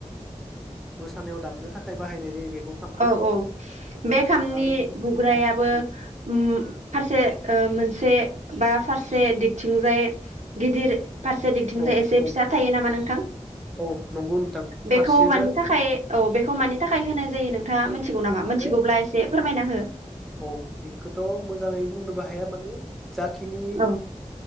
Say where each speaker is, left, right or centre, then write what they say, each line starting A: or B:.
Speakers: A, in the centre; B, on the right.
A: मोसानायाव दामनो थाखाय बाहायनाय जायो। बेखौ खामखौ
B: औ औ बे खामनि
A: आरो जोंहा
B: बुग्रायाबो
A: औ
B: ओम फारसे ओ मोनसे बा फारसे दिगथिंजाय गिदिर फारसे दिंथिंजाय
A: औ
B: एसे
A: औ
B: फिसा थायो नामा नोंथां
A: औ नंगौ नोंथां
B: बेखौ
A: फारसेजों
B: मानि थाखाय औ बेखौ मानि थाखाय होनाय जायो नों थांङा मोनथिगौ
A: बेहाय
B: नामा
A: माने
B: मोनथिगौब्ला एसे फोरमायना हो।
A: औ बेखोथ मोजाङै बुंनोबो हाया माने जाखिनि
B: औ